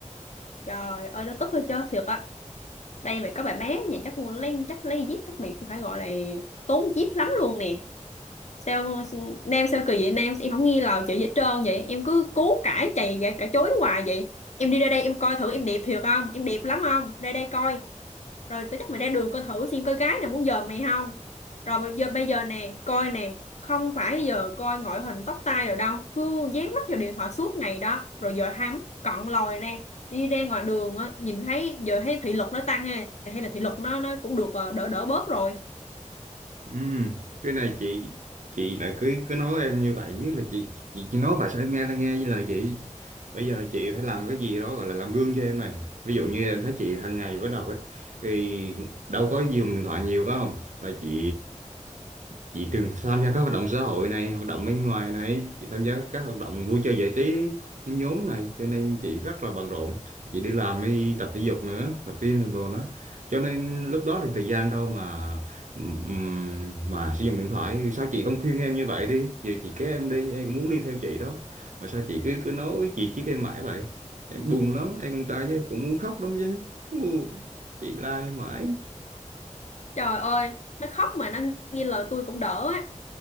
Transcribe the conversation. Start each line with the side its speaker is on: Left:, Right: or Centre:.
Left: trời ơi nó tức hơi chết thiệt á đây mày có bà bé nhà chắc mua lấy chắc lấy dép chắc mày cũng phải gọi là tốn dép lắm luôn nè sao nam sao kỳ vậy nam em không nghi lời chị gì hết trơn vậy em cứ cố cãi chày gã- cãi chối hoài vậy em đi ra đây em coi thử em đẹp thiệt không em đẹp lắm không ra đây coi rồi tao chắc mày ra đường coi thử xem có gái nào muốn giờ mày không rồi bây giờ bây giờ nè coi nè không phải giờ coi ngoại hình tóc tai rồi đâu cứ dán mắt vào điện thoại suốt ngày đó rồi giờ hai mắt cận lòi nè đi ra ngoài đường á nhìn thấy giờ thấy thị lực nó tăng hay hay là thị lực nó nó cũng được ờ, đỡ đỡ bớt rồi
Right: Ừm, cái này chị chị lại cứ cứ nói em như vậy biết là chị chị chỉ nói vậy sao em nghe là nghe với lời chị bây giờ chị phải làm cái gì đó gọi là làm gương cho em này ví dụ như em thấy chị hàng ngày bắt đầu thì đâu có dùng điện thoại nhiều phải không là chị chị từng tham gia các hoạt động xã hội này hoạt động bên ngoài này chị tham gia các hoạt động vui chơi giải trí nhóm này cho nên chị rất là bận rộn chị đi làm đi tập thể dục nữa tập gym đồ đó cho nên lúc đó thì thời gian đâu mà ừm, mà sử dụng điện thoại sao chị không khuyên em như vậy đi giờ chị kéo em đi em cũng muốn đi theo chị đó mà sao chị cứ cứ nói chị chỉ em mãi vậy em buồn lắm em con trai chứ cũng muốn khóc lắm chứ Ù, chị la em mãi
Left: trời ơi nó khóc mà nó nghe lời tôi cũng đỡ á